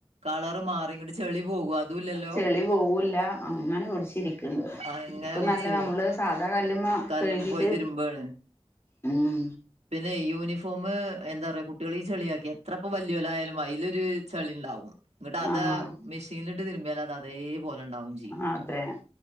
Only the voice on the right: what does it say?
കളറ് മാറി ഇങ്ങട്ട് ചെളി പോകും അതും ഇല്ലല്ലോ
അങ്ങനെ
പിടിച്ചിരിക്കും
കല്ലും
പോയി തിരുമ്പാണ്
പിന്നെ ഈ യൂണിഫോം എന്താ പറയാ കുട്ടികള ഈ ചെളിയക്കിയാ ത്രപ്പോ വലിയലായയാലും അതിലൊരു ചെളി ഉണ്ടാവും എന്നിട്ട് അത്
മെഷീൻ ഇട്ട് തിരിമ്മിയില് അതേപല ഉണ്ടാവും. ചെയ്യും